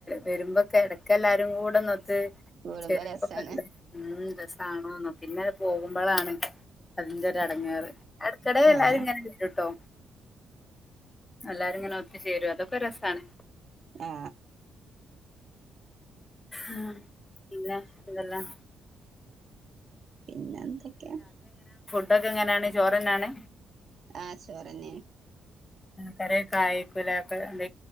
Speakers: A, on the left; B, on the right.
A: വരുമ്പോ കിടക്ക എല്ലാരും കൂടെന്നൊത്ത്
B: കൂടുമ്പോ
A: ശപ്പല്ല
B: രസാണ്
A: ഉന്ത <unintelligible> സാണോ ന്നോ പിന്നെ പോകുമ്പോ മ്പളാണ് അതിന്റെ ഒരടങ്ങാറ് ഇടക്കിടയിൽ എല്ലാരും
B: ആഹ്
A: ഇങ്ങനെ വരും കേട്ടോ എല്ലാരും ഇങ്ങനെ ഒത്തുചേരും അതൊക്കെ രസാണ്
B: ആ
A: ആ അല്ലെ ഇതെല്ലാം
B: പിന്നെ എന്തൊക്കെ
A: ട്ക്കെ എങ്ങനെയണ് ചോറ്ന്നാണ്
B: ആ ചോറെന്നെയ
A: കറി കായക്കലെ ഒക്കെ എന്ത